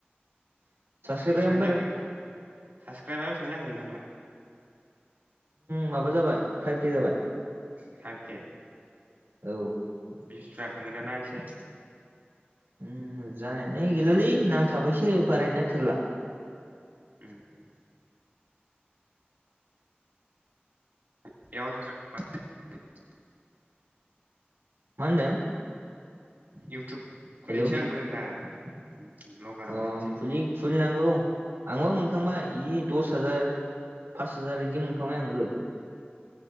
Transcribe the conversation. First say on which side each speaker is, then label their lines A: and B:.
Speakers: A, on the right; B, on the right.
A: <unintelligible> उम
B: बेसेबां जाखो साबसक्राइबा बेसेबां जाखो नोंथांना
A: माबा जाबाय फाइभ के जाबाय।
B: सारके
A: औ
B: बिसफ्रा थाङो दाना एसे।
A: उम जानायाल गैलालै नांथाबायसो बारायनो थेरला
B: उम। <unintelligible>
A: मा होनदों।
B: इउटुब
A: हेलौ
B: खुलिसै आंबो होनदां। ब्लगार
A: अ
B: बानायनोसै
A: खुलि खुलिनांगौ आंबो मोनखांबाय इ दस हाजार पास हाजार इदि मोनखांबाय आंबो।